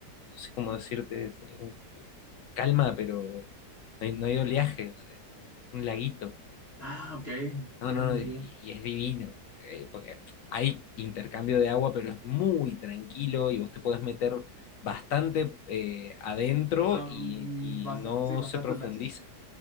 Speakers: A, on the left (about 65°); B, on the left (about 40°).
A: no sé cómo decirte, es un- calma, pero no hay, no hay oleaje, o sea, un laguito.
B: Ah, ok,
A: No,
B: ok,
A: no,
B: muy
A: no, y,
B: bien.
A: y es divino, eh, porque hay intercambio de agua, pero es muy tranquilo y vos te podés meter bastante eh, adentro
B: Am,
A: y, y
B: basta-
A: no
B: sí, bastantes
A: se profundiza.
B: metros. eh.